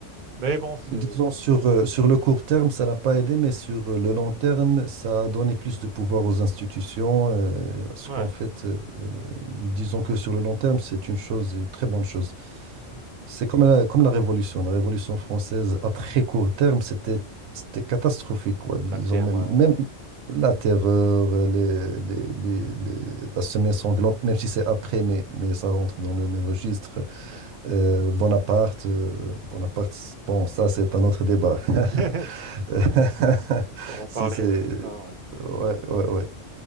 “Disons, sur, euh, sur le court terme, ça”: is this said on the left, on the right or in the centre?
Right